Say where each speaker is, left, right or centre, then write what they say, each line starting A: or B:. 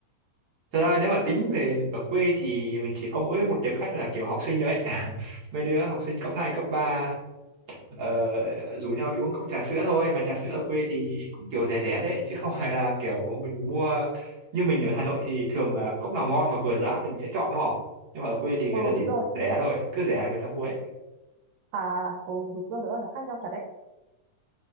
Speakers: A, on the right; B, on the right.
A: thật ra nếu mà tính về ở quê thì mình chỉ có mỗi một tệp khách là kiểu học sinh đấy <laughs> mấy đứa học sinh cấp 2 cấp 3 ờ, rủ nhau đi uống cốc trà sữa thôi mà trà sữa ở quê thì cũng kiểu rẻ rẻ đấy chứ không <laughs> phải là kiểu mình mua như mình ở Hà Nội thì thường là cốc nào ngon mà vừa giá thì mình sẽ chọn đúng không nhưng mà ở quê thì
B: Ừ
A: người ta
B: đúng
A: chỉ
B: rồi.
A: rẻ thôi cứ rẻ là người ta mua ấy
B: À, ừ đúng rồi, đúng rồi, nó khác nhau thật đấy.